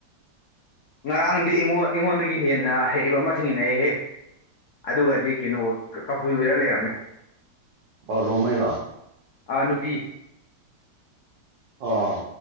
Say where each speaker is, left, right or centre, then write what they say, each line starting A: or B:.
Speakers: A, on the left; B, on the right.
A: ꯉꯔꯥꯡꯅꯗꯤ ꯑꯩꯉꯣꯟ ꯑꯩꯉꯣꯟꯗꯒꯤ ꯍꯦꯟꯅ ꯍꯩꯕ ꯑꯃ ꯊꯦꯡꯅꯏꯍꯦ ꯑꯗꯨꯒꯗꯤ ꯀꯩꯅꯣ ꯀꯥꯕꯨꯨꯏ ꯑꯣꯏꯔ ꯂꯩꯔꯝꯃꯦ
B: ꯑꯣ ꯔꯣꯡꯃꯩ ꯔꯣ
A: ꯑꯥ ꯅꯨꯄꯤ
B: ꯑꯣ